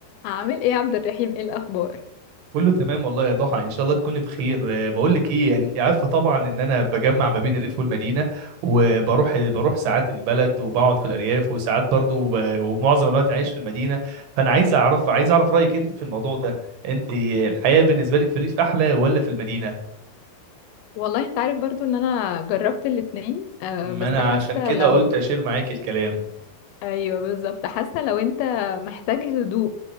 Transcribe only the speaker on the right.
كله تمام والله يا ضحى ان شاء الله تكوني بخير آه، بقول لك ايه انت عارفه طبعا ان انا بجمع ما بين الريف والمدينه وبروح بروح ساعات البلد وبقعد في الارياف وساعات برضو ب- ومعظم الوقت عايش في المدينه فانا عايز اعرف عايز اعرف رايك انت في الموضوع ده انت الحياه بالنسبه لك في الريف احلى ولا في المدينه
ما
انا
عشان كده
قلت اشير معاك الكلام